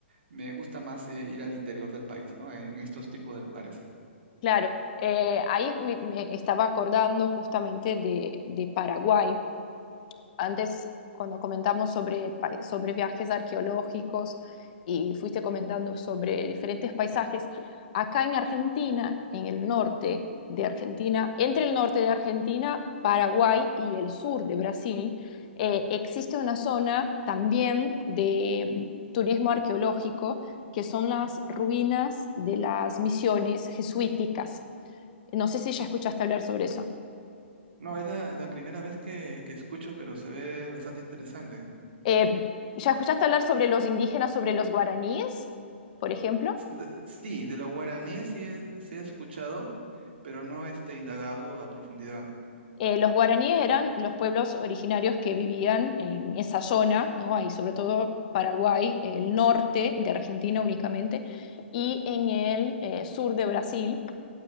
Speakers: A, on the right (about 60°); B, on the left (about 40°).
A: me gusta más eh, ir al interior del país, ¿no? en en estos tipos de lugares.
B: Claro, eh, ahí me, me estaba acordando justamente de, de Paraguay. antes cuando comentamos sobre, sobre viajes arqueológicos y fuiste comentando sobre diferentes paisajes, acá en Argentina, en el norte de Argentina, entre el norte de Argentina, Paraguay y el sur de Brasil, eh, existe una zona también de mm, turismo arqueológico que son las ruinas de las misiones jesuíticas. No sé si ya escuchaste hablar sobre eso.
A: No, es la, la primera vez que, que escucho, pero se ve bastante interesante.
B: Eh, ¿ya escuchaste hablar sobre los indígenas, sobre los guaraníes, por ejemplo?
A: S- de- sí, de los guaraníes sí, he- sí he escuchado, pero no este, indagado a profundidad.
B: Eh, los guaraníes eran los pueblos originarios que vivían en esa zona, ¿no? Ahí, sobre todo Paraguay, el norte de Argentina únicamente, y en el eh, sur de Brasil.